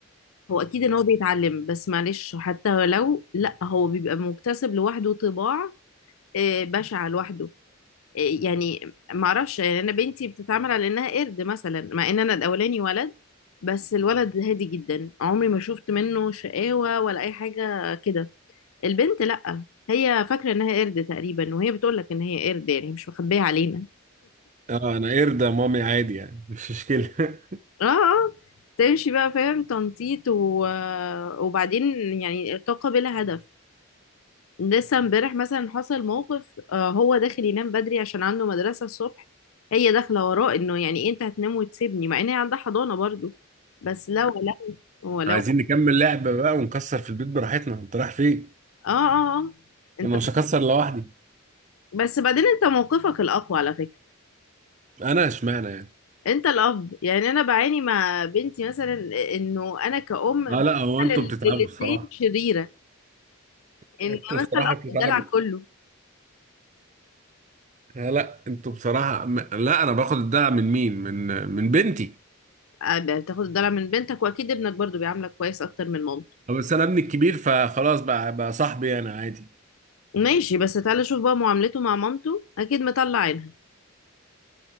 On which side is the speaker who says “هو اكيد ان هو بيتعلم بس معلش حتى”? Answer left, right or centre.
Left